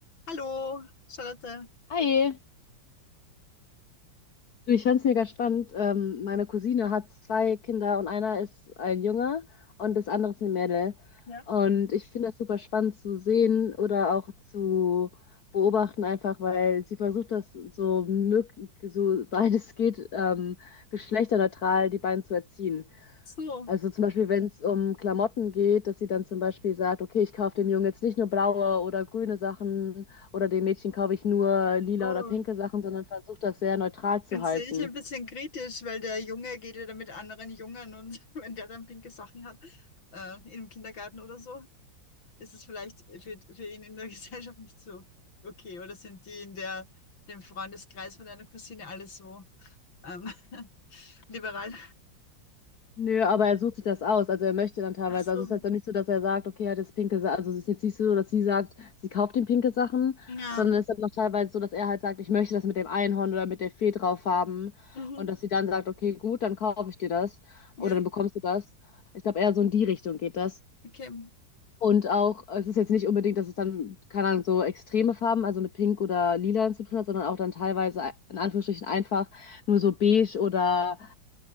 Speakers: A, on the left (about 90°); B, on the left (about 55°).
A: Hallo, Charlotte.
B: Hi, du, ich fand's mega spannend. Ähm, meine Cousine hat zwei Kinder und einer ist ein Junge und das andere ist eine Mädel.
A: Ja.
B: Und ich finde das super spannend zu sehen oder auch zu beobachten, einfach weil sie versucht, das so möglich, so weit es geht, ähm, geschlechterneutral die beiden zu erziehen.
A: So,
B: Also zum Beispiel, wenn es um Klamotten geht, dass sie dann zum Beispiel sagt, okay, ich kaufe dem Jungen jetzt nicht nur blaue oder grüne Sachen oder dem Mädchen kaufe ich nur lila
A: Oh,
B: oder pinke Sachen, sondern versucht das sehr neutral zu
A: jetzt
B: halten.
A: sehe ich ein bisschen kritisch, weil der Junge geht ja da mit anderen Jungen und <laughs> wenn der dann pinke Sachen hat, äh, im Kindergarten oder so, ist es vielleicht für, für ihn in der <laughs> Gesellschaft nicht so okay. Oder sind die in der, dem Freundeskreis von deiner Cousine alle so ähm, <laughs> liberal?
B: Nö, aber er sucht sich das aus, also er möchte dann teilweise,
A: Ach so,
B: also es ist halt auch nicht so, dass er sagt, okay, er hat jetzt pinke Sachen, also es ist jetzt nicht so, dass sie sagt, sie kauft ihm pinke Sachen,
A: ja.
B: sondern es ist dann noch teilweise so, dass er halt sagt, ich möchte das mit dem Einhorn oder mit der Fee drauf haben
A: Mhm.
B: und dass sie dann sagt, okay, gut, dann kaufe ich dir das
A: Ja,
B: oder dann bekommst du das. Ich glaube, eher so in die Richtung geht das.
A: okay.
B: Und auch, es ist jetzt nicht unbedingt, dass es dann, keine Ahnung, so extreme Farben, also mit Pink oder Lila zu tun hat, sondern auch dann teilweise in Anführungsstrichen einfach nur so beige oder